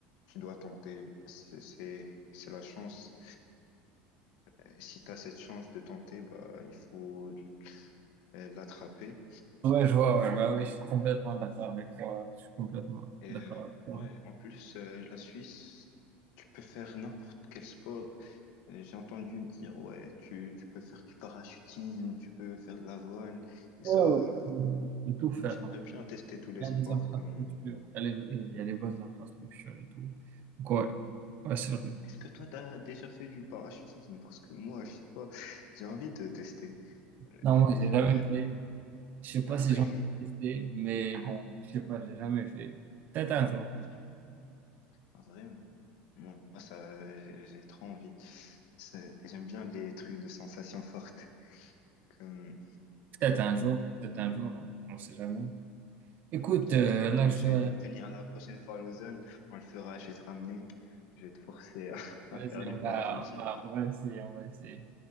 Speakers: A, on the left (about 70°); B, on the right (about 40°).
A: tu dois tenter, c'est, c'est, c'est la chance. Euh, Si tu as cette chance de tenter, bah, il faut l- euh, l'attraper.
B: Ouais, je vois, ouais, bah oui, je suis complètement d'accord avec toi. Je suis complètement
A: Et
B: d'accord
A: euh,
B: avec toi.
A: ouais, en plus, euh, la Suisse, tu peux faire n'importe quel sport. Euh, J'ai entendu dire, ouais, tu, tu peux faire du parachutisme, tu peux faire de la voile. Et
B: Ouais,
A: ça,
B: ouais, je peux,
A: euh,
B: je peux tout faire.
A: moi, j'aimerais
B: hein.
A: bien tester tous les
B: Il
A: sports.
B: y a les infrastructures,
A: Comme...
B: il y a les, il y a les bonnes infrastructures et tout. Donc, ouais, ouais, c'est vrai.
A: Est-ce que toi, t'as déjà fait du parachutisme? Parce que moi, je sais pas, j'ai envie de tester. Euh,
B: Non, moi, j'ai
A: J'aimerais.
B: jamais fait. Je sais pas
A: Ah
B: si
A: oui,
B: j'ai envie de tester, mais bon, je sais pas, j'ai jamais fait. Peut-être un jour.
A: <laughs> ah, tu- ah, vraiment. Moi, ça, j'ai j'ai trop envie. C'est- J'aime bien les trucs de sensations fortes. comme
B: Peut-être un jour, peut-être un jour, hein, on sait jamais. Écoute,
A: Peut-être
B: euh,
A: que quand
B: là, je
A: je
B: dois...
A: vais venir la prochaine fois à Lausanne, on le fera, je vais te ramener. Je vais te forcer à, <laughs>
B: Vas-y,
A: à faire du
B: on
A: Oui.
B: va,
A: parachutisme.
B: on va, on va essayer, on va essayer.